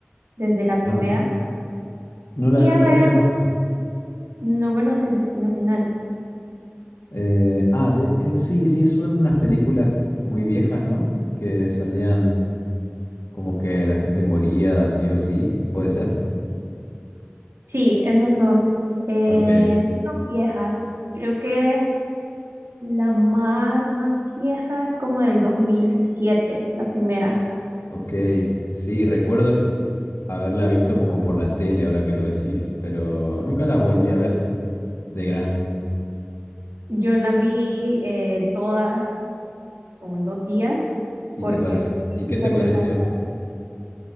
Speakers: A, on the right (about 75°); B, on the left (about 80°).
A: desde la primera,
B: Ajá. No la,
A: y
B: no
A: a ver,
B: la conozco.
A: no conoces Destino Final.
B: Eh, ah, de- eh, sí, sí, son unas películas muy viejas, ¿no? Que salían como que la gente moría sí o sí, ¿puede ser?
A: Sí, esas son, eh,
B: Ok,
A: sí son viejas, creo que la más, más vieja es como del 2007, la primera.
B: ok, sí, recuerdo haberla visto como por la tele ahora que lo decís, pero nunca las volví a ver de grande.
A: Yo las vi eh, todas como en dos días,
B: ¿Y
A: porque
B: te pareció?
A: recién
B: ¿Y qué te
A: salió
B: pareció?
A: la...